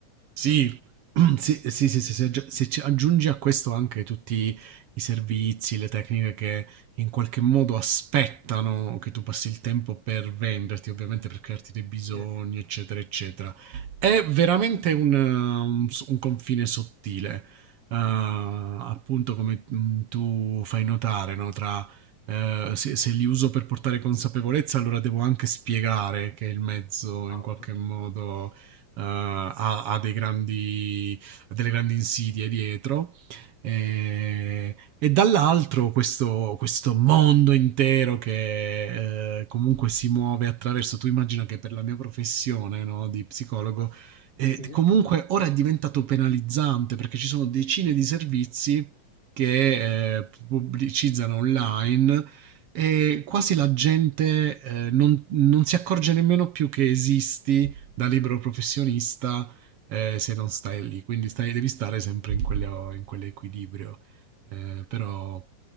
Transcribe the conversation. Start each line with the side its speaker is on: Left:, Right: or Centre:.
Right: Sì, <clears throat> sì, sì, sì, sì, se aggi- se ci aggiungi a questo anche tutti i servizi, le tecniche che in qualche modo aspettano che tu passi il tempo per venderti, ovviamente per crearti dei bisogni,
Left: Sì,
Right: eccetera, eccetera. È veramente un, eh, un s- un confine sottile, eh, appunto come mm, tu fai notare, no? Tra eh, se, se li uso per portare consapevolezza, allora devo anche spiegare che il mezzo
Left: esatto.
Right: in qualche modo eh, ha, ha dei grandi, ha delle grandi insidie dietro. E, e dall'altro questo, questo mondo intero che eh, comunque si muove attraverso, tu immagina che per la mia professione no, di psicologo, eh,
Left: Sì,
Right: comunque ora è diventato penalizzante perché ci sono decine di servizi che eh, pubblicizzano online e quasi la gente eh, non, non si accorge nemmeno più che esisti da libero professionista eh, se non stai lì, quindi stai, devi stare sempre in, quello, in quell'equilibrio, eh, però